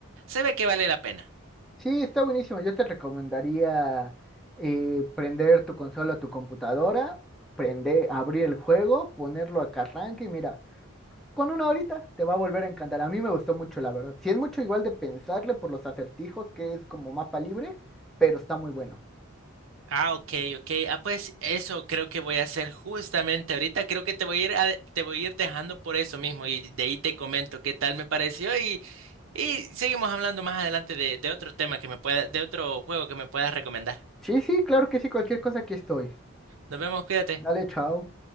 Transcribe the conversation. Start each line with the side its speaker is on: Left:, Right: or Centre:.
Right: se ve que vale la pena.
Centre: Sí, está buenísimo. Yo te recomendaría eh, prender tu consola o tu computadora, prender, abrir el juego, ponerlo a que arranque y mira. Con una horita te va a volver a encantar. A mí me gustó mucho, la verdad. Si es mucho igual de pensarle por los acertijos, que es como mapa libre, pero está muy bueno.
Right: Ah, ok, ok. Ah, pues eso creo que voy a hacer justamente ahorita. Creo que te voy a ir, a- te voy a ir dejando por eso mismo y de ahí te comento qué tal me pareció y, y seguimos hablando más adelante de, de otro tema que me pueda, de otro juego que me puedas recomendar.
Centre: Sí, sí, claro que sí, cualquier cosa aquí estoy.
Right: Nos vemos, cuídate.
Centre: Dale, chao.